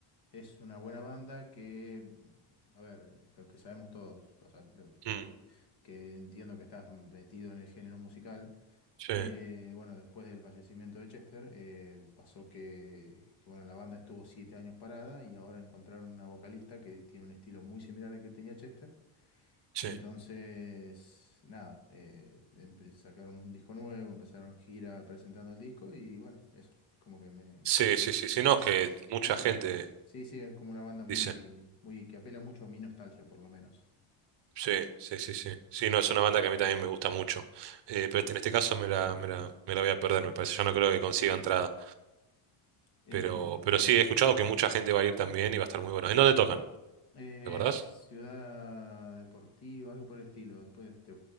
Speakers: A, on the left (about 50°); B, on the right (about 55°).
A: es una buena banda que, mm, a ver, lo que sabemos todos, o sea, lo- vos
B: Mm,
A: que entiendo que estás metido en el género musical,
B: sí,
A: eh,
B: ujú,
A: bueno, después del fallecimiento de Chester, eh, pasó que, que, bueno, la banda estuvo siete años parada y ahora encontraron una vocalista que tiene un estilo muy similar al que tenía Chester
B: sí,
A: entonces, nada, eh, empe- sacaron un disco nuevo, empezaron gira presentando el disco y bueno, eso, es como que me...
B: sí, sí, sí, sí, no,
A: Es,
B: es que
A: es,
B: mucha
A: es
B: gente
A: un- sí, sí, es como una banda muy,
B: dice,
A: muy que apela mucho a mi nostalgia por lo menos.
B: sí, sí, sí, sí, sí, no, es una banda que a mí también me gusta mucho, Eh, pero este- en este caso me la, me la, me la voy a perder, me parece, yo no creo que consiga entrada,
A: Eh,
B: pero, pero sí, he escuchado que mucha gente va a ir también y va a estar muy bueno. ¿En dónde tocan?
A: eh,
B: ¿Te acordás?
A: Ciudad Deportiva, algo por el estilo, después te,